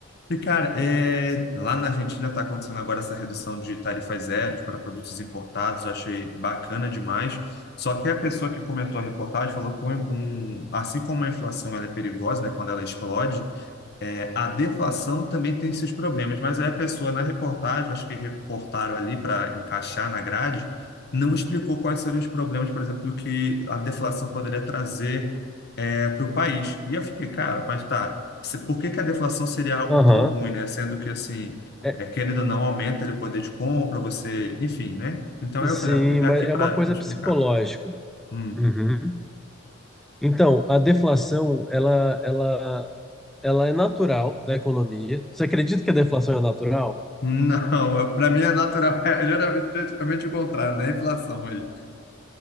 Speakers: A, on the left; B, in the centre.
A: E, cara, é, lá na Argentina está acontecendo agora essa redução de tarifas zero para produtos importados, eu achei bacana demais. Só que a pessoa que comentou a reportagem falou que, um, um- assim como a inflação ela é perigosa, né, quando ela explode, é, a deflação também tem seus problemas. Mas aí a pessoa na reportagem, acho que reportaram ali para encaixar na grade, não explicou quais seriam os problemas, por exemplo, do que a deflação poderia trazer para o país. E eu fiquei, cara, mas tá, se- por que que a deflação seria algo
B: Aham.
A: tão ruim, né? Sendo que, assim,
B: É,
A: é, querendo ou não, aumenta ali o poder de compra, você, enfim, né? Então aí
B: sim,
A: eu falei, ah, vou ligar
B: mas
A: aqui
B: é
A: para
B: uma coisa
A: explicar.
B: psicológica.
A: Hum.
B: Uhum. Então, a deflação, ela, ela, ela é natural da economia. Você acredita que a deflação é natural?
A: Não, para mim é natural, <laughs> é geralmente, geralmente o contrário, né? A Inflação aí.